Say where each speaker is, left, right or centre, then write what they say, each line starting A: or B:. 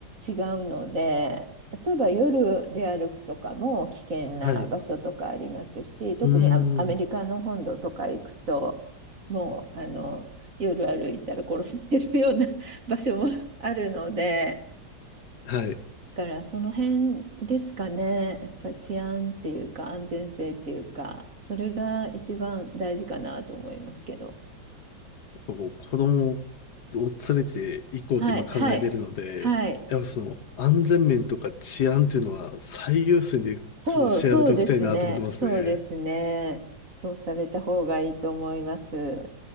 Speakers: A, on the right; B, on the left.
A: 違うので、例えば夜で歩くとかも危険な場所とかありますし、
B: はい。
A: 特にア、
B: うーん。
A: アメリカの本土とか行くと、もうあの夜歩いたら殺されるような <laughs> 場所もあるので。
B: はい。
A: からその辺ですかね。やっぱ治安っていうか安全性っていうか、それが一番大事かなと思いますけど。
B: こう子供を連れて行こうと今考えてるので、
A: はい、はい、はい。
B: やっぱその安全面とか治安っていうのは最優先でちょっと調べておきたいなと思ってますね。
A: そう、そうですね。そうですね。そうされた方がいいと思います。